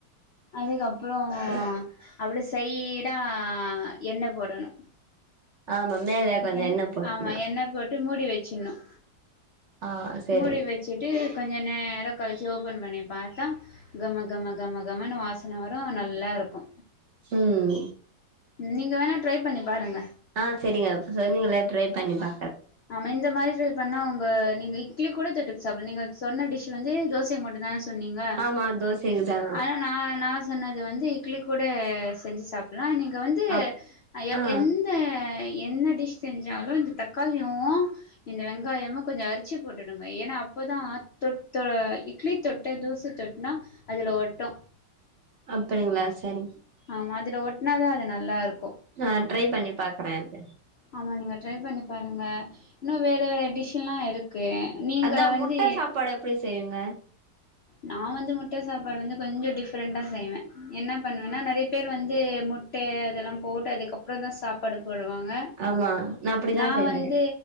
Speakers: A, on the left (about 80°); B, on the right (about 55°).
A: அதுக்கப்றோ
B: சேரி
A: அப்டி செய்டா எண்ணெய் போடணும்
B: ஆமா மேல கொஞ்சோ
A: என்
B: எண்ணெ போட்டுனு
A: ஆமா எண்ணெய் போட்டு மூடி வை சின்னம்
B: ஆ சேரிங்க
A: முடி வச்சிட்டு கொஞ்ச நேரோ கழிச்சி ஓபன் பண்ணி பாத்தா கம கம கம கமன்னு வாச சன வரு நல்லா இருக்கு
B: ம்
A: ம் நீங்க வேணா ட்ரை பண்ணி பாருங்க
B: ஆ சேரிங்க சொன்னிங்கள ட்ரை பண்ணிப்பா
A: நாம இந்த மாரி பண்ணா உங்க நீங்க இட்லி கூட தட்டு சாப்ப நீங்க சொன்ன டிஷ் வந்து தோசைக்கு மட்டுதா சொன்னீங்க
B: ஆமா தோசைக்குதா
A: ஆனா நா நா சொன்னது வந்து இட்லி கூட செஞ்சி சாப்பலா இன்னிக் க்க வந்து
B: அப்
A: எவ்
B: ஆ
A: எந்த என்ன டிஷ் செஞ்சாலு இந்த தக் தக்காளியு இந்த வெங்காயமு கொஞ்சோ அரிச்சு போட்டுடுங்க ஏன்னா அப்பதா தொ இட்லி தொட்டு தோச தொட்டுனா அதுல ஒட்டு
B: அப்பிடிங்களா சேரிங்
A: ஆமா அதுல ஒட்டனாதா அது நல்லா இருக்
B: ஆ ட்ரை பண்ணி பாக்குறேது
A: ஆமா நீங்க ட்ரை பண்ணி பாருங்க இன்னு வேறு வேற டிஷ்ல்லா இருக் க்கு நீங்க
B: அதா
A: வந்து
B: முட்ட சாப்பாடு எப்டி செய்வீங்க
A: நா வந்து முட்ட சாப்பாடு வந்து கொஞ்சோ டிஃப்ரெண்டா செய்வே என்ன பண்ணுவேன்னா நெறைய பேர் வந்து முட்ட அதெல்லா போ ட்டு அதுக்கப்புறோதா சாப்பாடு போடுவாங்க
B: ஆமா அப்டிதா
A: நா
B: செய்வே
A: வந்து